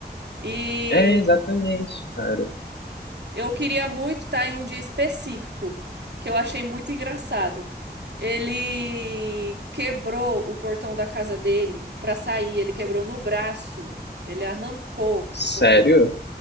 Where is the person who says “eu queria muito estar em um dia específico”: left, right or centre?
Right